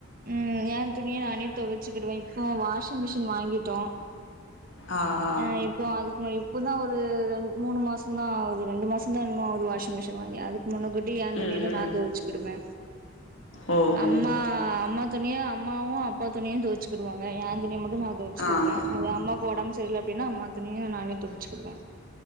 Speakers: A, on the right (about 45°); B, on the left (about 65°).
A: ம் ஏன் துணிய நானே தொ ச்சிக்கிடுவ இப்போ வாஷிங் மிஷின் வாங்கிட்டோ
B: ஆ ஆ
A: அ இப்போ அதுக்கு மேயுப் இப்போதா ஒரு ரெண் மூணு மாசந்தா ஆவுது ரெண்டு மாசந்தா என்னமோ ஆவுது வாஷிங் மிஷின் வாங்கி அதுக் முன்ன கூட்டி ஏ துணி
B: ம்
A: எல்லா
B: ம்
A: நா தொவச்சுகிடுவே
B: ஓ ம்
A: அம்மா அம்மா துணியா அம்மாவு அப்பா துணியு தொவச்சுகிடுவாங்க என் துணிய மட்டு நா தொவைச்சுகிடுவே
B: ஆ ஆ
A: அது அம்மாக்கு ஒடம்பு சரியல அப்டின்னா அம்மா துணிய நானே தொவச்சுகிடுவே